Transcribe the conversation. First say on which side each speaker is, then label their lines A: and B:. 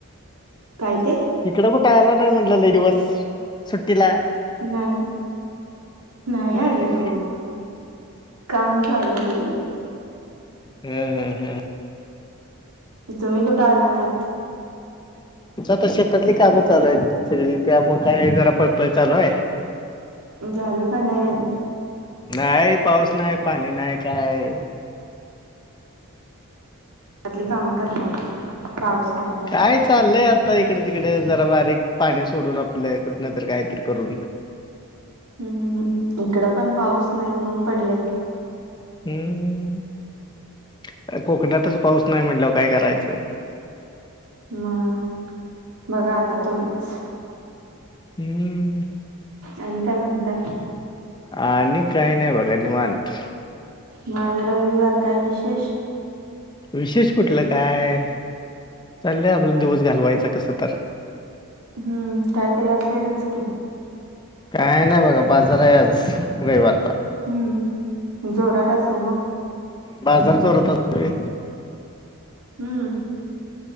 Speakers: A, on the right; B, on the left.
A: काय ते
B: इकड कुठे आला नाही म्हटलं लय दिवस. सुट्टीला
A: नाही. नाही
B: होय
A: आलेत ओ काम चालुय.
B: ह ह ह
A: तुम्ही कुठं आला नाहीत?
B: तेच आता शेतातली कामं चालूयत त्यामुळं जरा पळपळ चालूय.
A: झालं का नाही अजुन
B: नाही पाऊस नाही, पाणी नाही, काय?
A: तली कामं करणार पाऊस नाही तर
B: काय चाललंय आ इकडे तिकडे जरा बारीक पाणी सोडून आपल कुठनतर काहीतरी करून
A: हम्म हम्म इकड पण पाऊस नाही ऊन पडलय.
B: हम्म कोकणातच पाऊस नाय म्हटल्याव काय करायचं.
A: मग बघा आता तुम्हीच
B: हम्म
A: आणि काय म्हणताय?
B: आणि काही नाही बघा निवांत
A: म आज रविवार काय विशेष
B: विशेष कुठलं काय चाललय आपला दिवस घालवायचा कस तर
A: हम्म काहीतरी असेलच की
B: काय नाही बघा बाजाराय आज रविवार
A: हम्म जोरात असेल मग
B: बाजार चोरत सळे
A: हम्म